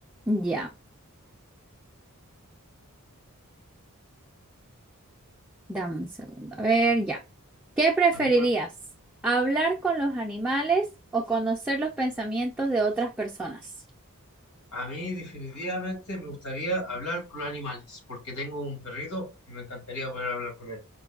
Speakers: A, in the centre; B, on the left.
A: ya. Dame un segundo. A ver, ya. ¿Qué preferirías?
B: Amigo.
A: ¿Hablar con los animales o conocer los pensamientos de otras personas?
B: A mí definitivamente me gustaría hablar con animales, porque tengo un perrito y me encantaría poder hablar con él.